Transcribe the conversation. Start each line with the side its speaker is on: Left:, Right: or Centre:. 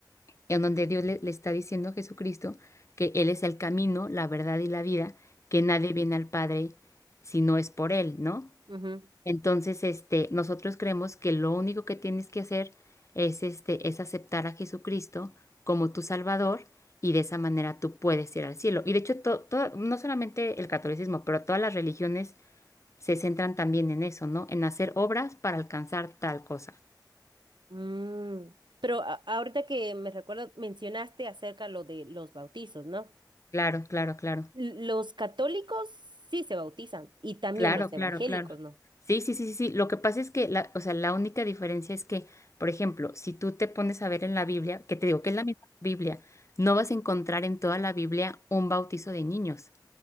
Left: en donde Dios le, le está diciendo a Jesucristo que Él es el camino, la verdad y la vida, que
Right: ujú,
Left: nadie viene al Padre si no es por Él, ¿no?
Right: ujú,
Left: Entonces, este, nosotros creemos que lo único que tienes que hacer es, este, es aceptar a Jesucristo como tu Salvador y de esa manera tú puedes ir al cielo. Y de hecho, to- to- no solamente el catolicismo, pero todas las religiones se centran también en eso, ¿no? En hacer obras para alcanzar tal cosa.
Right: mm. Pero a- ahorita que me recuerdo, mencionaste acerca lo de los bautizos, ¿no?
Left: Claro, claro, claro.
Right: L- Los católicos sí se bautizan y también
Left: Claro,
Right: los evangélicos,
Left: claro, claro.
Right: no
Left: Sí, sí, sí, sí. sí. Lo que pasa es que, la, o sea, la única diferencia es que, por ejemplo, si tú te pones a ver en la Biblia, que te digo que es la misma Biblia, no vas a encontrar en toda la Biblia un bautizo de niños.